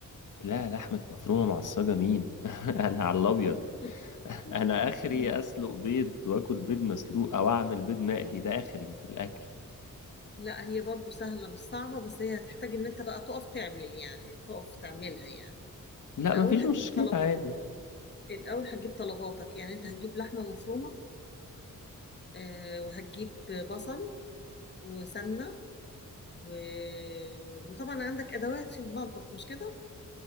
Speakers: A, on the left; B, on the left.
A: لا لحمة مفرومة معصجة مين <laughs> انا على الابيض
B: <laughs>
A: <laughs> انا اخري اسلق بيض واكل بيض مسلوق او اعمل بيض مقلي ده اخري في الاكل
B: لا هي برضو سهلة مش صعبة بس هي هتحتاج ان انت بقى تقف تعمل يعني تقف تعملها يعني
A: لا
B: الاول
A: مفيش
B: هتجيب
A: مشكلة
B: طلبات
A: عادي
B: الأول هتجيب طلباتك يعني أنت هتجيب لحمة مفرومة آه، وهتجيب بصل وسمنة و... وطبعا عندك أدوات في المطبخ مش كده؟